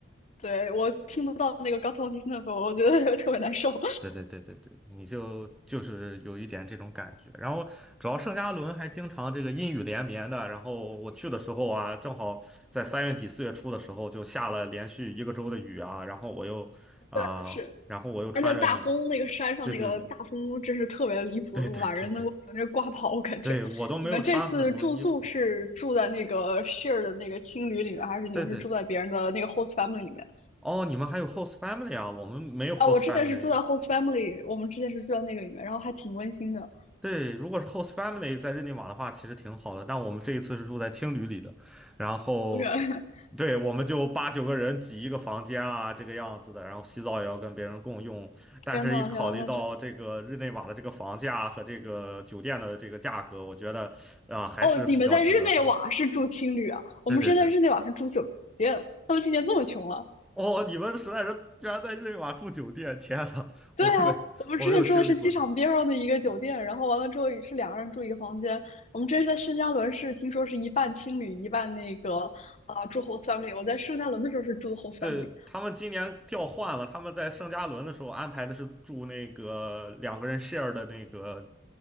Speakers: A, on the left (about 35°); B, in the centre.
A: 对我听不到那个 g a t t o n d i s n e f 我觉得 <laughs> 特别难受。
B: 对对对对对，你就就是有一点这种感觉。然后主要圣加仑还经常这个阴雨连绵的。然后我去的时候啊，正好在三月底四月初的时候就下了连续一个周的雨啊。然后我又啊、
A: <laughs> 是
B: 然后我又穿着你这，
A: 而且大风那个山上那个大风真是特别离谱，
B: 对对对对对对对
A: 把人能够直接刮跑，我感觉。
B: 对，我都没有穿很多衣服。
A: 你们这次住宿是住在那个 share 的那个青旅里面，还是你们是住在别人的那个
B: 对对，
A: host family 里面？
B: 哦，你们还有 host family 啊？我们没有
A: 啊，
B: host
A: 我之前是住在
B: family。
A: host family，我们之前是住在那个里面，然后还挺温馨的。
B: 对，如果是 host family 在日内瓦的话，其实挺好的。但我们这一次是住在青旅里的，然后，
A: 好远，<laughs>
B: 对，我们就八九个人挤一个房间啊，这个样子的。然后洗澡也要跟别人共用，但是一考虑到这个日内瓦的这个房价和这个酒店的这个价格，
A: 天呐，天呐，那这
B: 我觉得啊，还是比较值得的。
A: 哦，你们在日内瓦是住青旅啊？我们是在日内瓦是住酒店，
B: 对对对。
A: 他们今年这么穷了。
B: 哦，你们实在是居然在日内瓦住酒店，天呐，
A: 对啊，
B: 我没我没有经历过这个。
A: 我们之前住的是机场边上的一个酒店，然后完了之后也是两个人住一个房间。我们这是在圣加伦市，听说是一半青旅，一半那个啊、住 host family。我在圣加伦的时候是住的 host
B: 对，
A: family，
B: 他们今年调换了，他们在圣加伦的时候安排的是住那个两个人 share 的那个